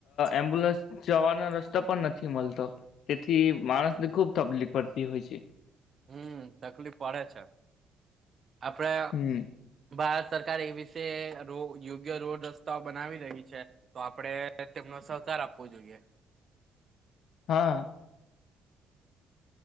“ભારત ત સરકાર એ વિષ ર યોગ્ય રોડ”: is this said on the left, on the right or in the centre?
Right